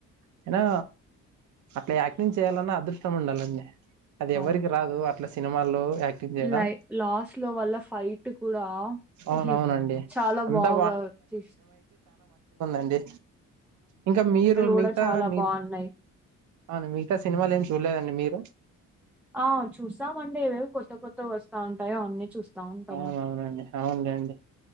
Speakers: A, on the right; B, in the centre.
A: అయినా అట్లా యాక్టింగ్ చేయాలన్న అదృష్టం ఉండాలి అండి అది
B: అవును.
A: ఎవ్వరికి రాదు ట్లా సినిమాల్లో యాక్టింగ్ చేయడం
B: లై లాస్ట్ లో వల్ల ఫైట్ కూడా
A: అవునవునండి
B: హ చాలా
A: అంతా
B: బాగా తిస
A: అండి ఇంకా మీరు మిగతా
B: కూడా చాలా
A: మీరు
B: బావున్నాయి.
A: అవును మిగతా సినిమాలు ఏం చూడలే ఎక్కడ అండి మీరు.
B: ఆ చూస్తామండి ఏవేవి కొత్త కొత్త వస్తా ఉంటాయో అన్ని చూస్తా. ఉంటాము.
A: అవును అవును అండి అవునలే అండి